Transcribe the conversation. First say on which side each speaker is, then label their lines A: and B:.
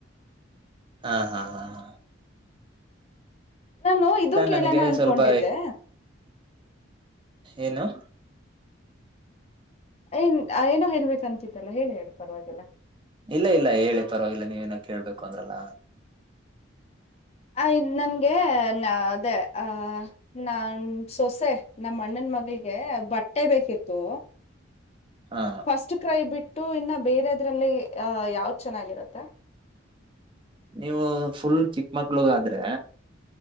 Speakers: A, on the right; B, on the left.
A: ಹಾ ಹಾ ಹಾ ಹ.
B: ನಾನು ಇದು ಕೇಳೋಣ
A: ನನಗೆ
B: ಅನ್ಕೊಂಡಿದ್ದೆ.
A: ಸ್ವಲ್ಪ ಏನು.
B: ಏನ್ ಏನೋ ಹೇಳ್ಬೇಕಂತಿದ್ದಲ್ಲ ಹೇಳಿ ಹೇಳ ಪರವಾಗಿೆಲ್ಲ.
A: ಇಲ್ಲ ಇಲ್ಲ ಹೇಳಿ ಪರವಾಗಿಲ್ಲ ನೀವೇನ ಕೇಳ್ಬೇಕು ಅಂದ್ರಲ್ಲ.
B: ಆ ಇ ನನ್ಗೆ ಅದೇ ಅ ನಾನ್ ಸೊಸೆ ನಮ್ಮ ಅಣ್ಣನ್ ಮಗ. ಬಟ್ಟೆ ಬೇಕಿತ್ತು
A: ಹಾ
B: ಫಸ್ಟ್ ಕ್ರೈ ಬಿಟ್ಟ. ು ಇನ್ನ ಬೇರೆದ್ರಲ್ಲಿ ಅಹ ಯಾವ್ದ್ ಚೆನ್ನಾಗಿರುತ್ತೆ.
A: ನೀವು ಫುಲ್ ಚಿಕ್ಮಗ್ಳಗ ಆದ್ರೆ